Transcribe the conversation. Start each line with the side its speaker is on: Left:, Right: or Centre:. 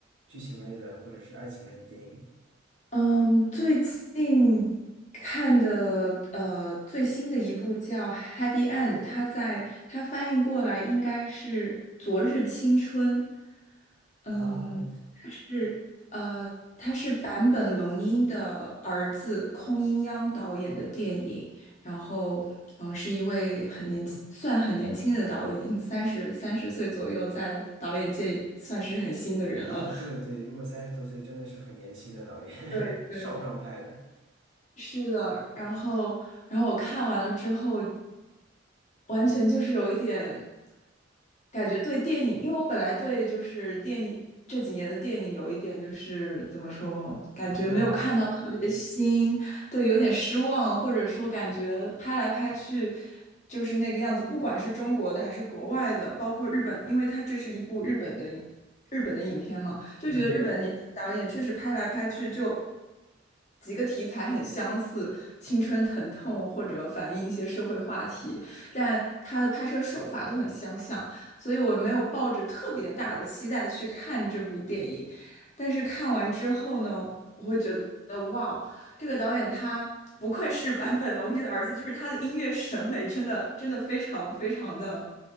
Right: 剧情类的或者是爱情类的电影？
Left: 嗯，最近看的呃最新的一部叫《Happy End》，它在它翻译过来应该是《昨日青春》。嗯，
Right: 啊，
Left: 它是呃，它是坂本龙一的儿子空音央导演的电影，然后嗯，是一位很年轻，算很年轻的导演，应三十三十岁左右，在导演界算是很新的人了。
Right: 哦，对对，如果三十多岁真的是很年轻的导演，
Left: 对对，
Right: <laughs> 少壮派的，
Left: 是的，然后，然后我看完了之后，完全就是有一点感觉对电影，因为我本来对就是电影这几年的电影有一点就是怎么说，感觉没有看到特别新，
Right: 是吧？
Left: 对，有点失望，或者说感觉拍来拍去就是那个样子，不管是中国的还是国外的，包括日本，因为它这是一部日本的影日本的影片嘛，就觉得日本的年轻导演确实拍来拍去就。
Right: 嗯，
Left: 几个题材很相似，青春疼痛或者反映一些社会话题，但它的拍摄手法都很相像，所以我没有抱着特别大的期待去看这部电影。但是看完之后呢，我会觉得哇哦，这个导演他不愧是坂本龙一的儿子，就是他的音乐审美真的真的非常非常的